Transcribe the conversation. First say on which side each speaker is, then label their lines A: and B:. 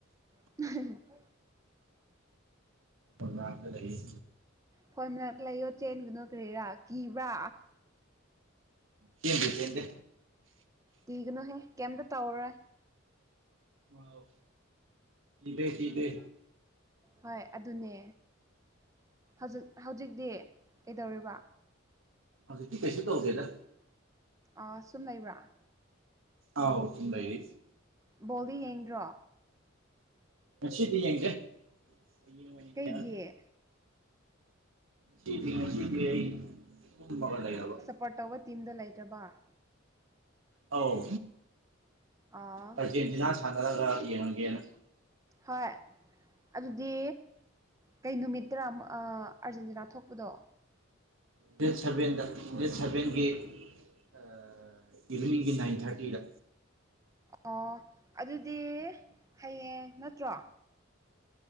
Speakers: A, on the right; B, on the right.
A: <unintelligible>
B: ꯑꯣꯗꯥꯛꯇ ꯂꯩꯌꯦ
A: ꯐꯣꯟ ꯃꯅꯥꯛ ꯂꯩꯌꯣ ꯆꯦꯟꯒꯅꯨ ꯀꯔꯤꯔꯥ ꯀꯤꯕ꯭ꯔꯥ
B: ꯆꯦꯟꯕꯨ ꯆꯦꯟꯗꯦ
A: ꯀꯤꯒꯅꯣꯍꯦ ꯀꯩꯝꯇ ꯇꯧꯔꯔꯣꯏ
B: ꯑꯥꯎ ꯀꯤꯗꯦ ꯀꯤꯗꯦ
A: ꯍꯣꯏ ꯑꯗꯨꯅꯦ ꯍꯧꯖꯤꯛ ꯍꯧꯖꯤꯛꯗꯤ ꯀꯩꯗꯧꯔꯤꯕ
B: ꯍꯧꯖꯤꯛꯇꯤ ꯀꯩꯁꯨ ꯇꯧꯗꯦꯗ
A: ꯑ ꯁꯨꯝ ꯂꯩꯕ꯭ꯔꯥ
B: ꯑꯥꯎ ꯁꯨꯝ ꯂꯩꯔꯤ
A: ꯕꯣꯜꯗꯤ ꯌꯦꯡꯗ꯭ꯔꯣ
B: ꯉꯁꯤꯗꯤ ꯌꯦꯡꯗꯦ ꯍꯌꯦꯡ ꯑꯣꯢꯅ ꯌꯦꯡꯉꯅꯤ
A: ꯀꯩꯒꯤ
B: ꯁꯤꯗꯤ ꯉꯁꯤꯗꯤ ꯑꯩ ꯇꯨꯝꯃꯒ ꯂꯩꯔꯕ
A: ꯄꯣꯔꯠ ꯇꯧꯕ ꯇꯤꯝꯗꯣ ꯂꯩꯇ꯭ꯔꯕ
B: ꯑꯧ
A: ꯑꯥ
B: ꯑꯔꯖꯦꯟꯇꯤꯅꯥ ꯁꯥꯟꯅꯔꯒ ꯌꯦꯡꯉꯒꯦꯅ
A: ꯍꯣꯏ ꯑꯗꯨꯗꯤ ꯀꯩ ꯅꯨꯃꯤꯠꯇꯥꯔ ꯃ ꯑ ꯑꯔꯖꯦꯟꯇꯤꯅꯥ ꯊꯣꯛꯄꯗꯣ
B: ꯗꯦꯠ ꯁꯚꯦꯟꯗ ꯗꯦꯠ ꯁꯚꯦꯟꯒꯤ ꯑ ꯏꯚꯤꯅꯤꯡꯒꯤ ꯅꯥꯏꯟ ꯊꯥꯔꯇꯤꯗ
A: ꯑꯣ ꯑꯗꯨꯗꯤ ꯍꯌꯦꯡ ꯅꯠꯇ꯭ꯔꯣ